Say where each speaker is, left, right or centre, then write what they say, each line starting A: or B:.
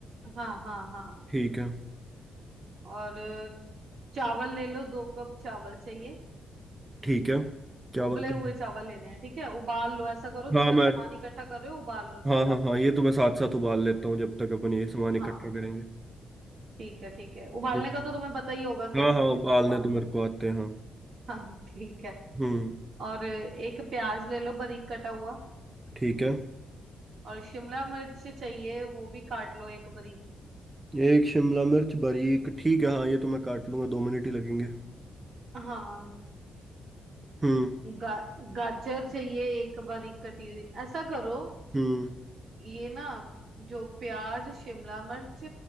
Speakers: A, on the right; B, on the right.
A: हाँ हाँ हाँ
B: ठीक है
A: और चावल ले लो दो कप चावल चाहिए
B: ठीक है चावल
A: उबले
B: तो
A: हुए चावल लेने हैं ठीक है उबाल लो ऐसा करो
B: हाँ
A: जब तक
B: मैं
A: सामान इकट्ठा कर रहे हो उबाल लो
B: हाँ
A: चावल
B: हाँ हाँ ये तो मैं साथ साथ उबाल लेता हूँ जब तक अपन ये सामान इकट्ठा
A: हाँ
B: करेंगे
A: ठीक है ठीक है उबालने
B: हम्म
A: का तो तुम्हें पता ही होगा कैसे
B: हाँ हाँ उबालने
A: उबाल
B: तो मेरे को आते हैं हाँ
A: हाँ ठीक है
B: हम्म
A: और एक प्याज ले लो बारीक कटा हुआ
B: ठीक है
A: और शिमला मिर्च चाहिए वो भी काट लो एक बारीक
B: एक शिमला मिर्च बारीक ठीक है हाँ ये तो मैं काट लूंगा दो मिनट ही लगेंगे
A: हाँ
B: हम्म
A: गा, गाजर चाहिए एक बारीक कटी हुई ऐसा करो
B: हम्म
A: ये ना जो प्याज शिमला मिर्च